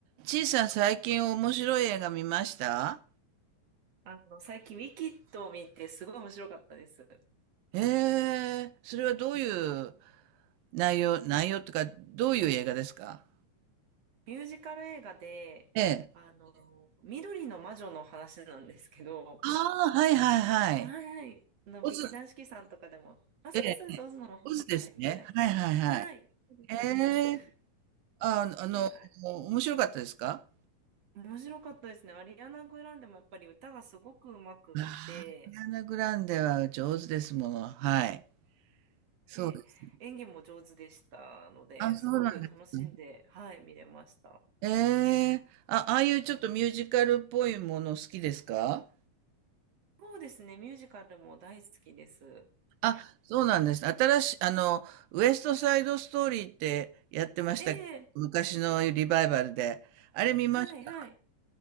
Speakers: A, on the right; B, on the right.
A: ちいさん最近面白い映画見ました
B: あの、最近、ウィキッドを見て、すごい面白かったです。
A: ええー、それはどういう内容、内容とか、どういう映画ですか
B: ミュージカル映画で、
A: ええ。
B: あの、緑の魔女の話なんですけど、
A: ああ、はいはいはい。
B: はいはい、あの、
A: オズ、
B: 劇団四季さんとかでも、あ、そうです、
A: ええ、
B: そうです、オズの魔法使いみたい
A: オズですね。はいはいはい。
B: な。はい、そうです、
A: ええ、
B: そうです。
A: あ、あの、
B: いや、
A: 面白かったですか
B: 面白かったですね。アリアナ・グランデもやっぱり歌がすごく上手くって、
A: ああアリアナグランデは上手ですもの。はい。そうです。
B: で、演技も上手でしたので、
A: あ、そうなんですか。
B: すごく楽しんで、はい、見れました。
A: ええ、ええあ、ああいうちょっとミュージカルっぽいもの好きですか
B: そうですね、ミュージカルも大好きです。
A: あ、そうなんです。新しい、あの、ウエストサイドストーリーってやってましたけど、
B: ええ
A: 昔のリバイバルで。あれ見ました。
B: はい、はい。